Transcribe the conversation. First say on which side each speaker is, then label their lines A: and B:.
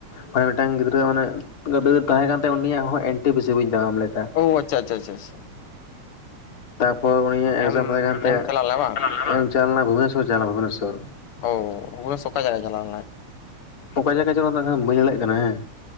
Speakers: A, on the left; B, on the left.
A: ᱢᱟᱱᱮ ᱢᱤᱫᱴᱟᱝ ᱜᱤᱫᱽᱨᱟᱹ ᱢᱟᱱᱮ ᱜᱟᱛᱮ ᱛᱟᱦᱮᱸ ᱠᱟᱱ ᱛᱟᱭᱟ ᱩᱱᱤᱭᱟᱜ ᱦᱚᱸ ᱮᱱ. ᱴᱤ. ᱯᱤ. ᱥᱤ. ᱵᱩᱡ ᱮᱫᱟᱢ ᱟᱢ ᱞᱮ
B: ᱚ ᱟᱪᱪᱷᱟ ᱟᱪᱪᱷᱟ ᱟᱪᱪᱷᱟ ᱾
A: ᱛᱟᱯᱚᱨ ᱩᱱᱤᱭᱟᱜ
B: ᱮᱢ
A: ᱮᱠᱡᱟᱢ ᱛᱟᱦᱮᱸ ᱠᱟᱱᱛᱟᱭᱟ,
B: ᱮᱢ ᱪᱟᱞᱟᱣ ᱞᱮᱱᱟ ᱵᱟᱝ
A: ᱮᱢ ᱪᱟᱞᱟᱣ ᱞᱮᱱᱟ ᱵᱟᱝ ᱮᱢ᱾ ᱪᱟᱞᱟᱣ ᱞᱮᱱᱟ ᱵᱷᱩᱵᱮᱥᱥᱚᱨ ᱪᱟᱞᱟᱣ ᱞᱮᱱᱟ ᱵᱷᱩᱵᱮᱥᱥᱚᱨ
B: ᱳ ᱵᱷᱩᱵᱽᱱᱮᱥᱥᱚᱨ ᱚᱠᱟ ᱡᱟᱭᱜᱟ ᱪᱟᱞᱟᱣ ᱞᱮᱱᱟᱭ
A: ᱚ <unintelligible> ᱚᱠᱟ ᱡᱟᱭᱜᱟ ᱢᱟᱱᱮ᱾ ᱛᱚ ᱚᱠᱟ ᱡᱟᱭᱜᱟ ᱪᱟᱞᱟᱣ ᱞᱮᱱᱟ ᱚᱱᱟᱫᱚ ᱦᱟᱸᱜ ᱠᱷᱟᱱ ᱵᱟᱹᱧ ᱞᱟᱹᱭ ᱫᱟᱲᱮᱜ ᱠᱟᱱᱟ ᱦᱮᱸ᱾